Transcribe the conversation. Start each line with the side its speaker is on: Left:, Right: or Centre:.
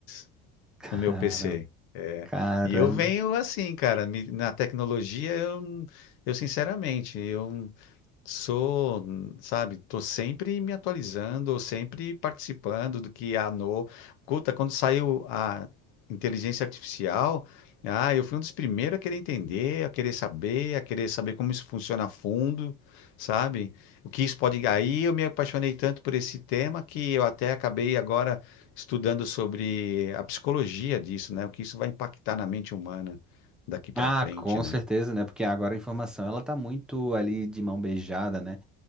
Left: mil dólares
Centre: Caramba,
Left: no meu PC. É,
Centre: caramba.
Left: e eu venho assim, cara, me- na tecnologia eu, eu sinceramente, eu, Sou, sabe, tô sempre me atualizando, sempre participando do que há novo. Escuta, quando saiu a inteligência artificial, ah, eu fui um dos primeiros a querer entender, a querer saber, a querer saber como isso funciona a fundo, sabe? O que isso pode. Aí eu me apaixonei tanto por esse tema que eu até acabei agora estudando sobre a psicologia disso, né? O que isso vai impactar na mente humana daqui para
Centre: Ah,
Left: frente,
Centre: com
Left: né?
Centre: certeza, né? Porque agora a informação ela tá muito ali de mão beijada, né?